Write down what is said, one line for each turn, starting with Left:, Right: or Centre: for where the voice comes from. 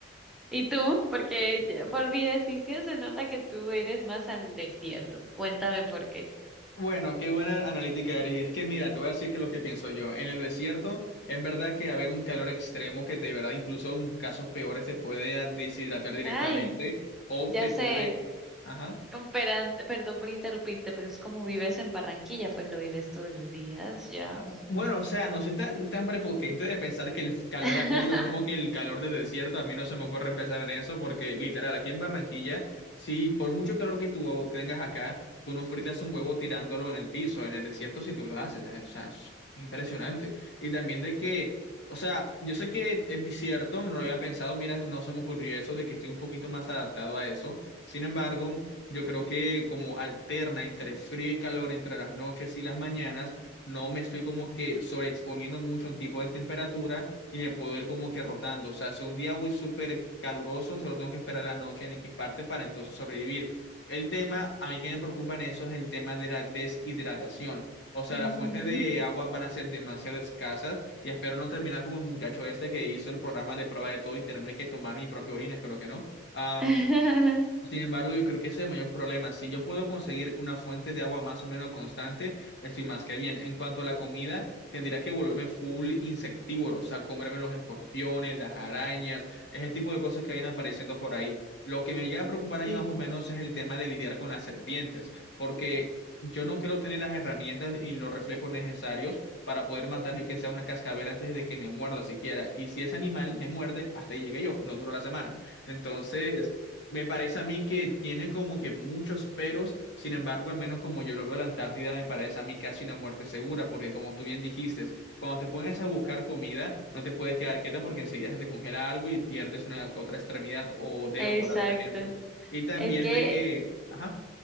Centre: ¿Y tú? Porque ya por mi decisión se nota que tú eres más al desierto. Cuéntame por qué.
Left: Bueno, qué buena analítica, Ari. Es que mira, te voy a decir que lo que pienso yo. En el desierto, es verdad que haber un calor extremo que de verdad incluso en casos peores te puede deshidratar directamente
Centre: Ay,
Left: o
Centre: ya
Left: te
Centre: sé,
Left: puede... Ajá.
Centre: un peran- perdón por interrumpirte, pero es como vives en Barranquilla, pues lo vives todos los días, ya.
Left: Ah, Bueno, o sea, no soy tan, tan prepotente de pensar que el calor
Centre: <laughs>
Left: acá es lo mismo que el calor del desierto. A mí no se me ocurre pensar en eso porque, literal, aquí en Barranquilla, si por mucho calor que tú tengas acá, tú no fritas un huevo tirándolo en el piso. En el desierto, si tú lo haces, ¿sabes? o sea, es impresionante. Y también de que, o sea, yo sé que es cierto, no lo había pensado, mira, no se me ocurrió eso, de que estoy un poquito más adaptado a eso. Sin embargo, yo creo que como alterna entre frío y calor, entre las noches y las mañanas, no me estoy como que sobreexponiendo mucho a un tipo de temperatura y me puedo ir como que rotando. O sea, si un día voy súper caluroso, solo tengo que esperar la noche en X parte para entonces sobrevivir. El tema, a mí que me preocupa en eso es el tema de la deshidratación. O sea,
Centre: Ujú.
Left: las fuentes de agua van a ser demasiado escasas y espero no terminar como el muchacho este que hizo el programa de prueba de todo y tenerme que tomar mi propia orina, espero que no. Am,
Centre: <laughs>
Left: sin embargo, yo creo que ese es el mayor problema. Si yo puedo conseguir una fuente de agua más o menos constante, estoy más que bien. En cuanto a la comida, tendría que volverme full insectívoro, o sea, comerme los escorpiones, las arañas, ese tipo de cosas que vienen apareciendo por ahí. Lo que me llega a preocupar a
Centre: Sí,
Left: mí más o menos es el tema de lidiar con las serpientes, porque yo no creo tener las herramientas y los reflejos necesarios para poder matar yo que sea una cascabel antes de que me muerda siquiera. Y si ese animal me muerde, hasta ahí llegué yo, no duró la semana. Entonces... Me parece a mí que tiene como que muchos peros, sin embargo, al menos como yo lo veo, la Antártida me parece a mí casi una muerte segura, porque como tú bien dijiste, cuando te pones a buscar comida, no te puedes quedar quieta porque enseguida se te congela algo y pierdes una otra extremidad o dedo,
Centre: exacto.
Left: por otro ejemplo. Y también
Centre: Es que
Left: de que, ajá,